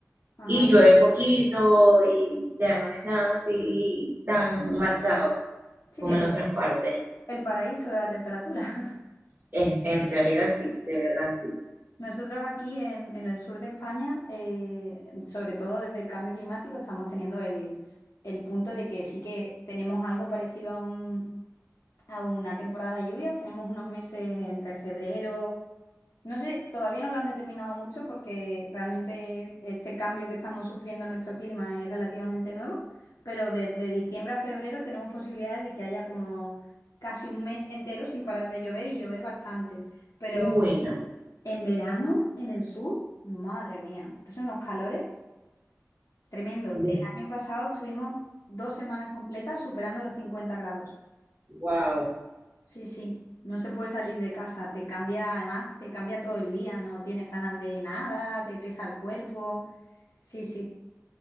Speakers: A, on the left (about 85°); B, on the right (about 40°).
A: Ajá.
B: Y llueve poquito y ya no es nada así tan marcado
A: Sí,
B: como
A: el,
B: en otras partes.
A: el paraíso de la temperatura. <laughs>
B: Es, en realidad sí, de verdad sí.
A: Nosotros aquí en, en el sur de España, eh, sobre todo desde el cambio climático, estamos teniendo el, el punto de que sí que tenemos algo parecido a un, a una temporada de lluvias. Tenemos unos meses entre febrero. No sé, todavía no lo han determinado mucho porque realmente este cambio que estamos sufriendo en nuestro clima es relativamente nuevo, pero desde diciembre a febrero tenemos posibilidades de que haya como casi un mes entero sin parar de llover y llover bastante. Pero
B: Uy, no.
A: en verano, en el sur, madre mía, son unos calores tremendo.
B: De-
A: El año pasado estuvimos dos semanas completas superando los 50 grados.
B: wow.
A: Sí, sí, no se puede salir de casa, te cambia, además, te cambia todo el día, no tienes ganas de nada, te pesa el cuerpo, sí, sí.